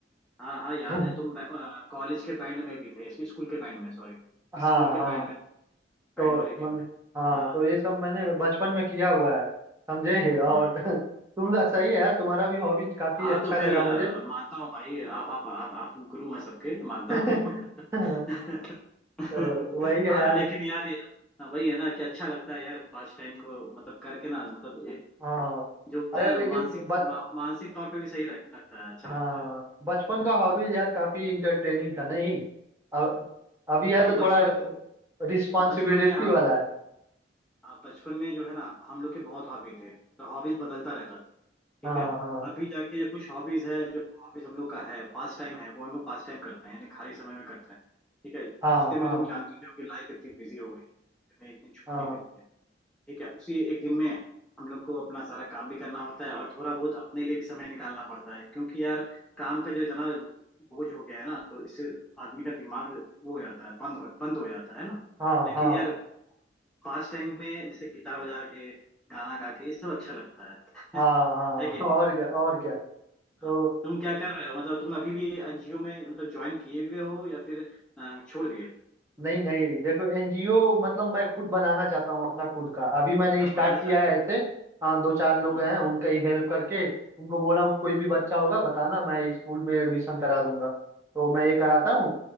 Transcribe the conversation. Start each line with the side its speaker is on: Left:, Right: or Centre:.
Centre: हाँ हाँ याद
Right: <laughs>
Centre: है तुम कॉलेज के बैंड में भी थे स्कूल के बैंड में सॉरी
Right: हाँ
Centre: स्कूल के
Right: हाँ
Centre: बैंड में
Right: तो
Centre: बैंड वाली टीम
Right: मन
Centre: में
Right: हाँ
Centre: हाँ
Right: तो ये सब मैंने बचपन में किया हुआ है समझे है और
Centre: हम्म।
Right: <laughs> तुम सही है यार तुम्हारा भी हॉबी काफी
Centre: हाँ
Right: अच्छा
Centre: तो फिर
Right: लगा
Centre: अ,
Right: मुझे
Centre: मानता हूँ भाई आप आप आप आप गुरु हैं सबके मानता
Right: <laughs>
Centre: हूँ
Right: तो
Centre: <laughs>
Right: वही
Centre: हाँ
Right: है यार
Centre: लेकिन यार ये- वही है ना कि अच्छा लगता है यार पास टाइम को मतलब करके ना मतलब एक
Right: हाँ
Centre: जो होता
Right: अरे
Centre: है
Right: लेकिन
Centre: मानसिक
Right: ब,
Centre: मा, मानसिक तौर पे भी सही रख, लगता है अच्छा
Right: हाँ
Centre: लगता है
Right: बचपन का हॉबीज यार काफी इंटरटेनिंग था नहीं अब अभी है
Centre: देखो
Right: तो
Centre: बचपन
Right: थोड़ा रिस्पॉन्सिबिलिटी
Centre: बचपन में आ,
Right: वाला है
Centre: आ- बचपन में जो है ना हम लोग के बहुत हॉबी थे तो हॉबीज बदलता रहता था ठीक
Right: हाँ
Centre: है
Right: हाँ
Centre: अभी जाके जो कुछ हॉबीज है जो हॉबीज हम लोग का है पास टाइम है वो हम लोग पास टाइम करते हैं यानी खाली समय में करते हैं ठीक है
Right: हाँ
Centre: हफ्ते में
Right: हाँ
Centre: तुम जानते ही हो कि लाइफ इतनी बिजी हो गई है हफ्ते में एक दिन छुट्टी
Right: हाँ
Centre: मिलती है ठीक है उसी एक दिन में हम लोग को अपना सारा काम भी करना होता है और थोड़ा बहुत अपने लिए भी समय निकालना पड़ता है क्योंकि यार काम का जो इतना बोझ हो गया है ना तो इससे आदमी का दिमाग वो हो जाता है बंद हो बंद हो जाता है ना
Right: हाँ
Centre: लेकिन यार पास टाइम में जैसे गिटार बजा के गाना गा के ये सब अच्छा लगता है
Right: हाँ
Centre: <laughs>
Right: हाँ
Centre: है कि
Right: हाँ
Centre: नहीं
Right: और क्या और क्या तो
Centre: हाँ तुम क्या कर रहे हो मतलब तुम अभी भी एनजीओ में मतलब ज्वाइन किए हुए हो या फिर अ, छोड़ दिए
Right: नहीं नहीं देखो एनजीओ मतलब मैं खुद बनाना चाहता हूँ अपना खुद का अभी मैंने
Centre: अच्छा
Right: स्टार्ट
Centre: बनाना
Right: किया
Centre: चाहते
Right: है ऐसे हाँ दो चार लोग
Centre: हो हाँ
Right: हैं उनका ही हेल्प करके उनको बोला हूँ कोई भी
Centre: हाँ
Right: बच्चा होगा बताना मैं स्कूल में एडमिशन करा दूंगा तो मैं ये कराता
Centre: हाँ
Right: हूँ